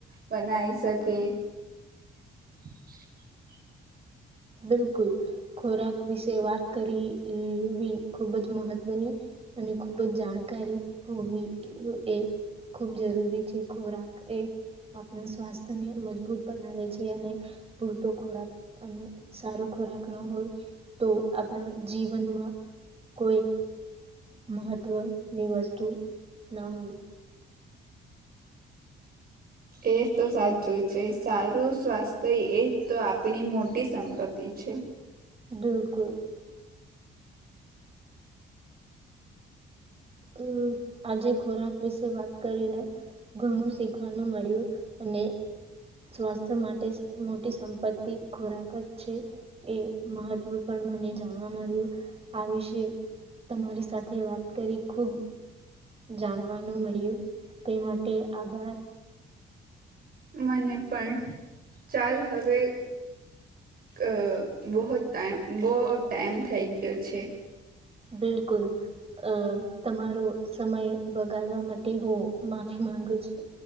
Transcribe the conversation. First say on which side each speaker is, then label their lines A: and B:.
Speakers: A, on the right; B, on the right.
A: બનાવી શકે. <inaudible>
B: બિલકુલ ખોરાક વિશે વાત કરીવી ખૂબ જ મહત્વની અને ખૂબ જ જાણકારી હોવી એ ખૂબ જરૂરી છે. ખોરાક એ આપણા સ્વાસ્થ્યને મજબૂત બનાવે છે અને પૂરતો ખોરાક અને સારું ખોરાક ન હોય તો આપણા જીવનમાં કોઈ મહત્ત્વની વસ્તુ ન હોય.
A: એ તો સાચું છે સારું સ્વાસ્થ્ય એજ તો આપણી મોટી સંપત્તિ છે.
B: બિલકુલ. હમ્મ આજે ખોરાક વિશે વાત કરીને ઘણું શીખવાનું મળ્યું અને સ્વાસ્થ્ય માટે મોટી સંપત્તિ ખોરાક જ છે એ મહત્વ પણ મને જાણવા મળ્યું આ વિશે તમારી સાથે વાત કરી ખુબ જાણવાનું મળ્યું તે માટે આભાર.
A: મને પણ ચાલ હવે ક બહુત ટાઇમ બહ ટાઈમ થઈ ગયો છે.
B: બિલકુલ અ તમારો સમય બગાડવા માટે હું માફી માંગુ છું.